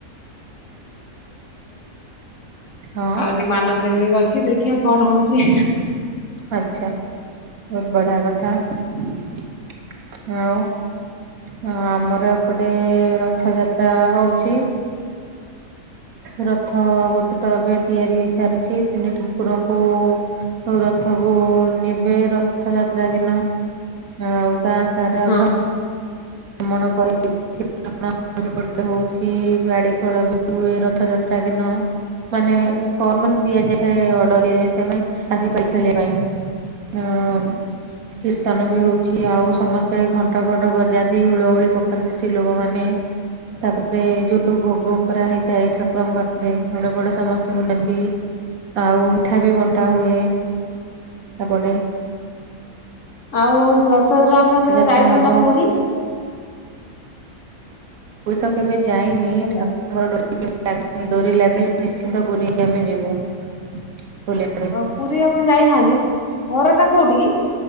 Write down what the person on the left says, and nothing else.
ଟିକେ ମାନସିକ ବି ଅଛି ଦେଖିଆ କଣ ହଉଚି ହେଁ ହେଁ।
ହଁ
<inaudible>
ଆଉ ହଉଚି ରଥଯାତ୍ରା ଆପଣ କେବେ
ଯାଇଚନ୍ତି
ନା ପୁରୀ?
ହାଲୋ
ଓ ପୁରୀ ଆପଣ ଯାଇନାହାନ୍ତି ଘର ଟା କଉଟି କି?